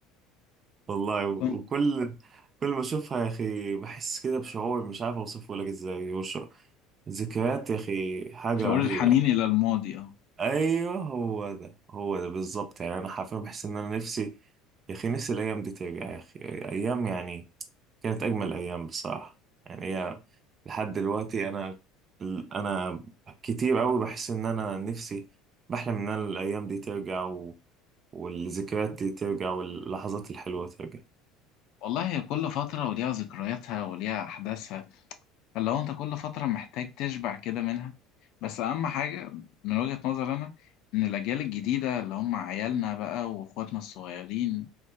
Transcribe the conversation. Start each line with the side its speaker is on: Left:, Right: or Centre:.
Right: والله و-
Left: أوي
Right: وكل كل ما اشوفها يا اخي بحس كده بشعور مش عارف اوصفه لك ازاي وش ذكريات يا اخي حاجة
Left: شعور
Right: رهيبة
Left: الحنين
Right: يعني.
Left: إلى الماضي اه
Right: ايوه هو ده هو ده بالظبط يعني انا حرفيا بحس ان انا نفسي يا اخي نفسي الايام دي ترجع يا اخي ايام يعني كانت أجمل أيام بصراحة يعني هي لحد دلوقتي أنا أنا كتير أوي بحس إن أنا نفسي بحلم إن أنا الأيام دي ترجع و... والذكريات دي ترجع واللحظات الحلوة ترجع
Left: والله هي كل فترة وليها ذكرياتها وليها أحداثها فاللي هو أنت كل فترة محتاج تشبع كده منها بس أهم حاجة من وجهة نظري أنا إن الأجيال الجديدة اللي هم عيالنا بقى وإخواتنا الصغيرين